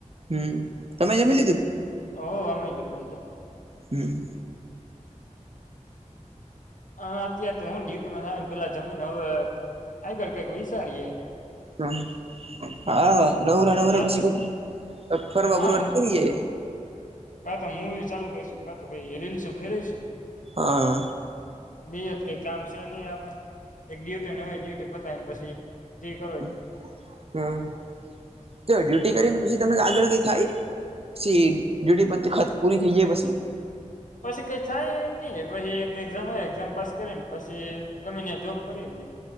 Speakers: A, on the right; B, on the left.
A: હમ તમે જમી લીધું
B: ઓહ અમે જમે લીધું
A: હમ
B: હા અત્યારે તો હું ડ્યુટી માં પેલા જમી ને હવે આગળ કઈક વિચારીએે
A: હ હા નવરા નવરા
B: કાત
A: બશી ક અ ફરવા
B: હા
A: બરવા નીકળએે
B: કા તો મુવી ચાલુ કરીશું કા તો પાઈ રીલ છું ફેરેવીશું
A: હા
B: અહીંયા તો કંઈ કામ છે નહી આપણેે એક ડ્યુટી ન હોય ડ્યુટી પતાવીને પછી ફ્રી જે કરો ઈ
A: હમ તો ડ્યુટી કરીને પછી તમે આગળ કઈ થાય પછી ડ્યુટી પતિ ખત પૂરી થઈ જાય પછી
B: પછી કઈ થાય નહી પછી એક એક્ઝામ આવે એક્ઝામ પાસ કરીને પછી ગમે ત્યા જોબ કરીને